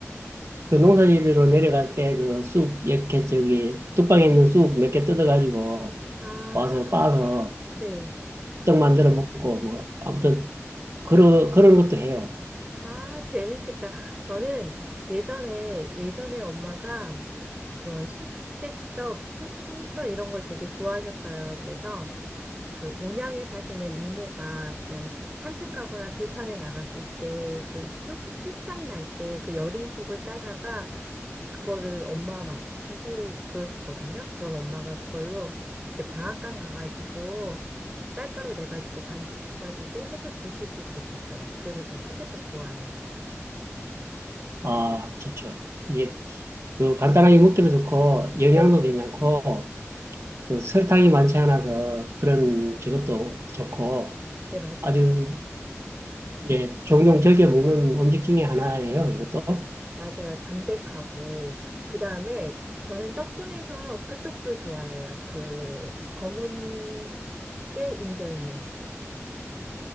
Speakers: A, on the right; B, on the right.
A: 그 농사지리로 내려갈 때 그 쑥, 이렇게 저기, 뚝방에 있는 쑥 몇 개 뜯어가지고
B: 아,
A: 와서 빻아서
B: 네.
A: 떡 만들어 먹고, 뭐, 아무튼, 그런, 그런 것도 해요.
B: 아, 재밌겠다. 저는 예전에, 예전에 엄마가 그런 쑥개떡, 쑥송편 이런 거 되게 좋아하셨어요. 그래서 그 온양에 사시는 이모가 그냥 산책 가거나 들판에 나갔을 때 그 쑥 새싹 날 때 그 여린 쑥을 따다가 그거를 엄마 막 주고 그러셨거든요. 그럼 엄마가 그걸로 이제 방앗간 가가지고 쌀가루 내가지고 반죽해가지고 해서 주시고 그랬었어요. 그래서 저 쑥개떡 좋아해요.
A: 아, 좋죠. 이게, 그, 간단하게 먹기도 좋고, 영양도
B: 네,
A: 괜찮고, 그 설탕이 많지 않아서 그런 저것도 좋고
B: 네, 맞아요.
A: 아주 예, 종종 즐겨 먹는 음식 중에 하나예요. 이것도
B: 맞아요. 담백하고 그다음에 저는 떡 중에서 그 떡도 좋아해요. 그 검은 깨 인절미요.